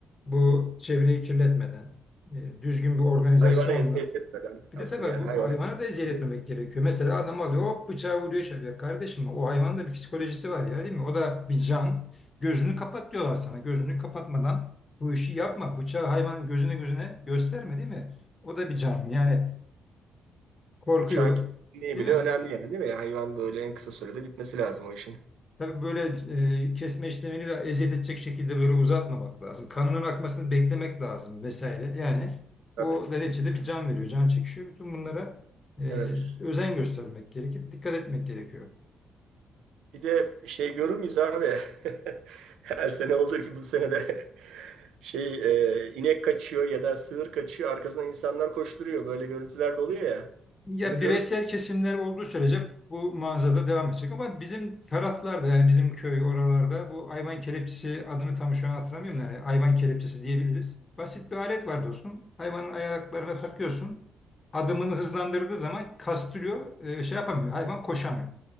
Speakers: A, on the left (about 35°); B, on the right (about 80°).
A: Bu çevreyi kirletmeden, e, düzgün bir organizasyonla
B: Hayvana eziyet etmeden
A: bir
B: asıl
A: de tabii
B: yani
A: bu
B: hayvana
A: hayvana da eziyet
B: eziyet
A: etmemek gerekiyor. Mesela adam
B: tabii,
A: alıyor hop bıçağı vuruyor şey yapıyor. Kardeşim o hayvanın da bir psikolojisi var ya değil mi? O da bir can. Gözünü kapat diyorlar sana. Gözünü kapatmadan bu işi
B: tabii.
A: yapma. Bıçağı hayvanın gözüne gözüne gösterme değil mi? O da bir canlı. Yani korkuyor
B: Bıçağın kesinliği
A: değil
B: bile
A: mi?
B: önemli yani değil mi? Yani Hayvan böyle en kısa sürede bitmesi lazım o işin.
A: Tabii böyle e, kesme işlemini de eziyet edecek şekilde böyle uzatmamak lazım. Kanının akmasını beklemek lazım vesaire. Yani o
B: Tabii.
A: da neticede bir can veriyor, can çekişiyor. Bütün bunlara e,
B: Evet.
A: özen göstermek gerekir, dikkat etmek gerekiyor.
B: Bir de şey görür müyüz abi? <laughs> Her sene olduğu ki bu sene de <laughs> şey e, inek kaçıyor ya da sığır kaçıyor. Arkasından insanlar koşturuyor. Böyle görüntüler de oluyor ya.
A: Ya
B: Bunu görür
A: bireysel kesimler olduğu sürece bu manzara devam edecek ama bizim taraflarda yani bizim köy oralarda bu hayvan kelepçesi adını tam şu an hatırlamıyorum yani hayvan kelepçesi diyebiliriz. Basit bir alet var dostum. Hayvanın ayaklarına takıyorsun. Adımını hızlandırdığı zaman kastırıyor, e, şey yapamıyor. Hayvan koşamıyor.